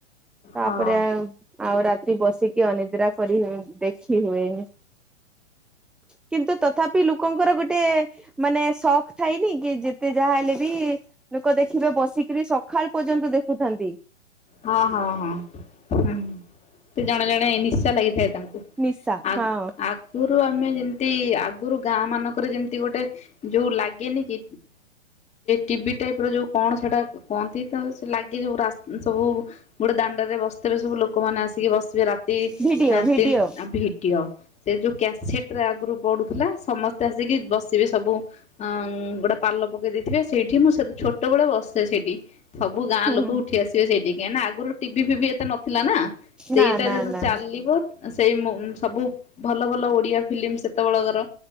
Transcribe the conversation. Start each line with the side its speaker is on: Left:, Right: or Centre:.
Centre: ତାପରେ
Left: ହଁ।
Centre: ଆଉ ଆଉ ରାତି ବସି ସିଠି ଅନିଦ୍ରା କରି ଦେଖି ହୁଏନି କିନ୍ତୁ ତଥା ପି ଲୋକଙ୍କର ଗୋଟେ ମାନେ ସ ଥାଇନି କି ଯେତେ ଯାହା ହେଲେ ବି ଲୋକ ଦେଖିବେ ବସିକିରି ସ ସଖାଳ ପର୍ଯ୍ୟନ୍ତ ଦେଖୁଥାନ୍ତି।
Left: ହଁ ହଁ ହଁ ହୁଁ ସେ ଜଣେ ଜଣେ ନିଶା ଲାଗିଥାଏ । ତାଙ୍କୁ
Centre: ନିଶା
Left: ଆ
Centre: ହଁ
Left: ଆଗରୁ ଆମେ ଯେମିତି ଆ ଆଗରୁ ଗାଁ ମାନଙ୍କରେ ଯେମିତି ଗୋଟେ ଯୋଉ ଲାଗେନି କି ଟିଭି ଟାଇପର ଯୋଉ କଣ ସେଟା କୁହନ୍ତି ତ ସେ ଲାଗି ସବୁ ରାସ ସବୁ ଗୋଟେ ଦାଣ୍ଡରେ ବସିଥିବବେ ସବୁ ଲୋକମାନେ ଆସିକି ବସିବେ ରା ତି
Centre: ଭିଡିଓ ଭିଡିଓ
Left: ତିନ ଭିଡିଓ ସେ ଯୋଉ କ୍ୟାସେଟରେ ଆଗରୁ ପଡୁଥିଲା ସମସ୍ତେ ଆସିକି ବସିବେ ସବୁ ଅ ଗୋଟେ ପାଲ ପକେଇ ଦେଇଥିବେ ସେଇଠି ମୁଁ ସେ ଛୋଟବେଳେ ବସେ ସେଠି । ସବୁ ଗାଁ
Centre: ହୁଁ
Left: ଲୋକ ଉଠି ଆସିବେ ସେଇଠିକି ନା ଆଗରୁ ଟିଭି ଫିଭି ଏତେ ନଥିଲା ନା? ସେଇଟା
Centre: ନା ନା
Left: ଯଦି
Centre: ନା
Left: ଚାଲିବ ସେଇ ମୋ ସବୁ ଭଲ ଭଲ ଓଡିଆ ଫିଲ୍ମ ସେତେବେଳ କ ର